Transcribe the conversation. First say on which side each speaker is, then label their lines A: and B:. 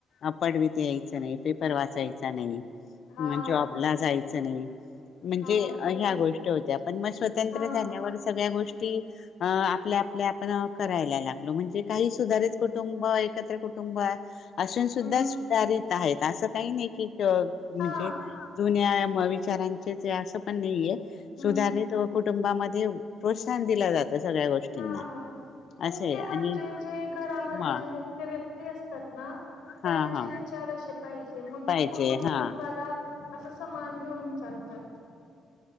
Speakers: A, on the left; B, on the left.
A: अपाट भिती <unintelligible> प्रवास व्हायचा नाही.
B: हा
A: म जॉबला जायच नाही म्हणजे
B: हा
A: ह्या
B: हे
A: गोष्टी होत्या पण, म स्वतंत्र
B: हा
A: झाल्यावर सगळ्या गोष्टी ते आपल्या आपल्या आपण करायला लागलो. म्हणजे काही सुधारित कुटुंब, एकत्र कुटुंब असून सुद्धा
B: हम्म
A: सुधारित आहेत अस काही नाही की. म्हणजे
B: हा
A: जुन्या म विचारांचेच असं पण नाहीय.
B: हम्म
A: सुधारले तवा कुठ कुटुंबामध्येध्ये प्रोत्साहन दिला जातं. सगळ्या गोष्टींना
B: हा मुख्य
A: असं आहे आणि
B: म्हणजे जे घरामधले
A: म
B: जे मुख्य व्यक्ती असतात ना त्यांचे
A: हा हा
B: विचार अश पाहिजे मग
A: पाहिजे
B: ते पूर्ण कुटुंबाला
A: हा
B: असं समान घेऊन चालतात.